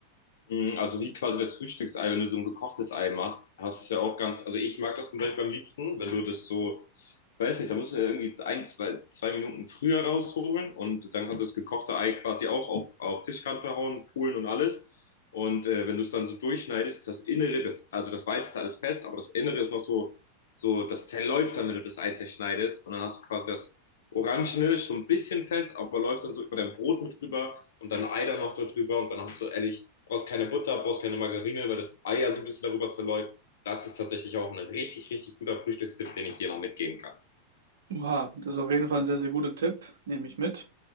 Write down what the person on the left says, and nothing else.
Mm, Also wie quasi das Frühstücksei, wenn du so ein gekochtes Ei machst, hast du es ja auch ganz, also ich mag das zum Beispiel am liebsten, wenn du das so, ich weiß nicht, da musst du ja irgendwie ein, zwei, zwei Minuten früher rausholen und dann kannst du das gekochte Ei quasi auch auf, auf Tischkante hauen, polen und alles. Und äh, wenn du es dann so durchschneidest, ist das Innere, das, also das Weiße ist alles fest, aber das Innere ist noch so, so, das zerläuft dann, wenn du das Ei zerschneidest und dann hast du quasi das Orangene schon ein bisschen fest, aber läuft dann so über dein Brot mit drüber und dann Ei da noch darüber und dann hast du ehrlich, brauchst keine Butter, brauchst keine Margarine, weil das Ei ja so ein bisschen darüber zerläuft. Das ist tatsächlich auch ein richtig, richtig guter Frühstückstipp, den ich dir noch mitgeben kann.